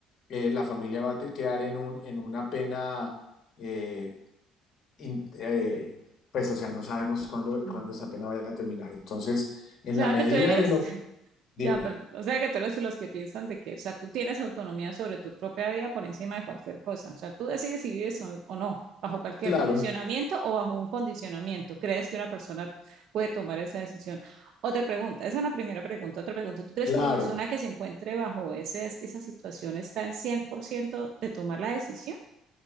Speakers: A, on the left; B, on the right.
A: eh, la familia va a te- quedar en un, en una pena. eh, in- eh, pues, o sea, no sabemos cuándo,
B: Ujú.
A: cuándo
B: O
A: esa pena vaya a terminar. Entonces, en
B: sea
A: la medida
B: que tú eres
A: de lo... Dime,
B: Ya, perdón. O sea que tú eres de los que piensan de que, o sea, tú tienes autonomía sobre tu propia vida por encima de cualquier cosa. O sea, tú decides si vives o, o no, bajo cualquier
A: claro,
B: condicionamiento o bajo un condicionamiento. ¿Crees que una persona puede tomar esa decisión? Otra pregunta, esa es una primera pregunta. Otra pregunta, ¿tú crees
A: claro.
B: que una persona que se encuentre bajo ese, esa situación está en 100% de tomar la decisión? O